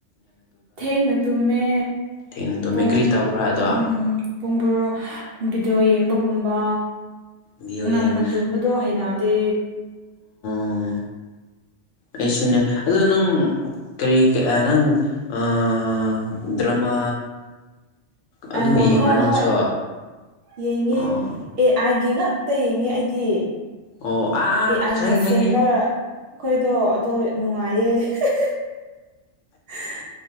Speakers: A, on the right (about 60°); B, on the left (about 80°).
A: ꯊꯦꯡꯅ ꯇꯨꯝꯃꯦ꯫
B: ꯊꯦꯡꯅ ꯇꯨꯝꯃꯦ
A: ꯄꯨꯡ
B: ꯀ꯭ꯔꯤ ꯇꯧꯕ꯭ꯔꯥ ꯑꯗꯣ
A: ꯎꯝ ꯄꯨꯡ ꯕꯔꯣ ꯚꯤꯗꯤꯑꯣ ꯌꯦꯡꯕꯒꯨꯝꯕ
B: ꯚꯤꯗꯤꯑꯣ
A: ꯉꯟꯅ
B: ꯌꯦꯡꯕ
A: ꯇꯨꯝꯕꯗꯣ ꯍꯩꯅꯗꯦ꯫
B: ꯑꯣ ꯑꯩꯁꯨꯅꯦ ꯑꯗꯣ ꯅꯪ ꯀꯔꯤ ꯑ ꯅꯪ ꯑꯥ ꯗ꯭ꯔꯃꯥ ꯑꯗꯨꯝ
A: ꯑ
B: ꯌꯦꯡꯕ꯭ꯔꯥ
A: ꯍꯣꯏ
B: ꯅꯪꯁꯨ
A: ꯍꯣꯏ ꯌꯦꯡꯉꯦ
B: ꯑꯣ
A: ꯑꯦ ꯑꯩꯥꯏꯒꯤ ꯉꯛ ꯇ ꯌꯦꯡꯉꯦ ꯑꯩꯗꯤ꯫
B: ꯑꯣ ꯑꯥ
A: ꯑꯦ ꯑꯥꯏꯅ
B: ꯈꯪꯉꯤ ꯈꯪꯉꯤ
A: ꯁꯦꯝꯕ ꯑꯩꯈꯣꯏꯗꯣ ꯗꯣ ꯅꯨꯡꯉꯥꯏꯌꯦ꯫ <unintelligible>